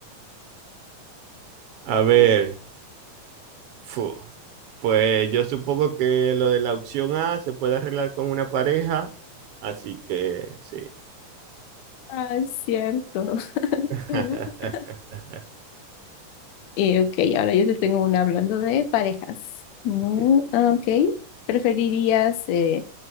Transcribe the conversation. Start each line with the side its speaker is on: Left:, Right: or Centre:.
Right: A ver, Fu. Pues yo supongo que lo de la opción A se puede arreglar con una pareja, así que sí.
Left: Ah, es cierto.
Right: <laughs>
Left: <laughs> Eh, ok, ahora yo te tengo una hablando de parejas. No,
Right: Ok.
Left: ah, ok. ¿Preferirías eh,